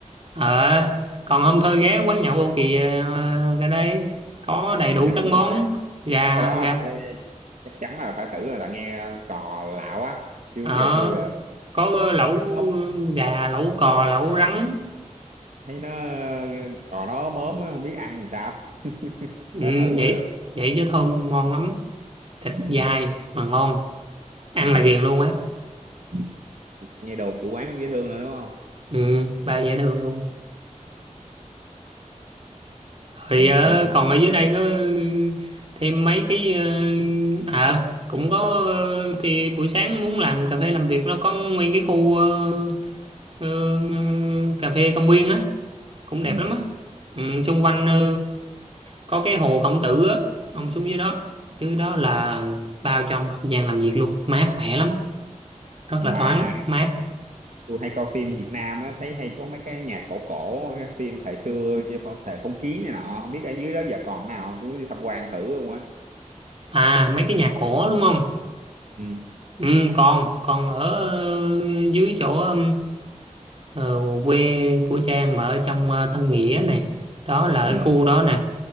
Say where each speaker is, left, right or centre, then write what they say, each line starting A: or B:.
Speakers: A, on the right; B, on the right.
A: ờ còn hôm thôi ghé quán nhậu Âu Kỳ ờ, ra đây có đầy
B: ừ.
A: đủ các
B: đúng
A: món
B: rồi
A: gà
B: cái đó
A: gà
B: phải- chắc chắn là phải thử rồi tại nghe ờ, cò lạ quá chưa
A: ờ
B: bao giờ chưa bao giờ
A: có lẩu
B: thấy nó ốc
A: gà lẩu cò lẩu rắn
B: thấy nó ờ, cò nó ốm ốm á, không biết ăn làm sao <laughs>
A: Ừ,
B: phải thử
A: vậy
B: mới được
A: vậy chứ thơm ngon lắm thịt
B: ừ.
A: dai mà ngon ăn
B: Ừ.
A: là ghiền luôn á
B: ừ. nghe đồn chủ quán cũng dễ thương nữa đúng không
A: ừ, bao dễ thương luôn rồi
B: Ừ.
A: ờ,
B: hình
A: còn ở dưới đây có ừ, thêm mấy cái ờ, à cũng có ờ, thì buổi sáng muốn làm cà phê làm việc nó có nguyên cái khu ờ, ờ, ờ, cà phê công viên á cũng
B: ừ.
A: đẹp lắm á ừ, xung quanh ờ, có cái hồ Khổng Tử á ông xuống dưới đó dưới đó là bao trong không gian làm việc luôn mát mẻ lắm rất
B: mà
A: là thoáng mát
B: tôi hay coi phim Việt Nam á thấy hay có mấy cái nhạc cổ cổ cái phim thời xưa cái phong- thời phong kiến này nọ không biết ở dưới đó giờ còn nào không? tôi muốn đi tham quan thử luôn á
A: à mấy cái nhà cổ đúng không
B: ừ.
A: ừ còn con ở ờ, dưới chỗ Ờ, quê của Trang mà ở trong ờ, Tân Nghĩa nè đó là
B: Ừ.
A: ở khu đó nè